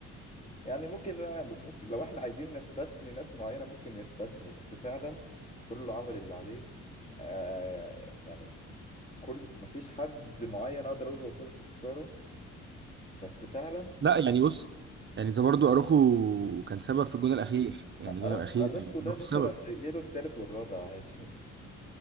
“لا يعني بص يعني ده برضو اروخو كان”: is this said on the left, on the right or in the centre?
Right